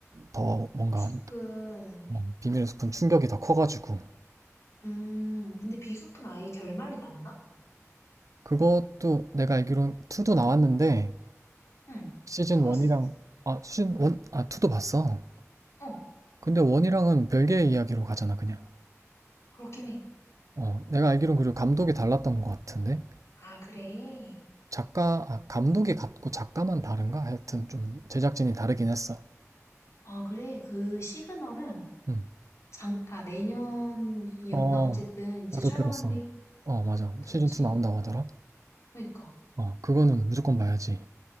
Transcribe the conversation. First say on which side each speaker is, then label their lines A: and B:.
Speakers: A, on the right; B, on the left.
A: 더 뭔가,
B: 비숲은,
A: 어, 비밀의 숲은 충격이 더 커가지고.
B: 음, 근데 비숲은 아예 결말이 났나?
A: 그것도 내가 알기론 2도 나왔는데,
B: 응,
A: 시즌
B: 또 봤어.
A: 1이랑, 아, 시즌 1, 아, 2도 봤어.
B: 어,
A: 근데 1이랑은 별개의 이야기로 가잖아, 그냥.
B: 그렇긴 해.
A: 어, 내가 알기론 그리고 감독이 달랐던 것 같은데?
B: 아, 그래.
A: 작가, 아, 감독이 같고 작가만 다른가? 하여튼 좀 제작진이 다르긴 했어.
B: 아, 그래. 그 시그널은
A: 음.
B: 장, 아, 내년이었나?
A: 어,
B: 어쨌든 이제
A: 나도
B: 촬영한대.
A: 들었어. 어, 맞아.
B: 들었지?
A: 시즌2 나온다고 하더라.
B: 그니까.
A: 어, 그거는 무조건 봐야지.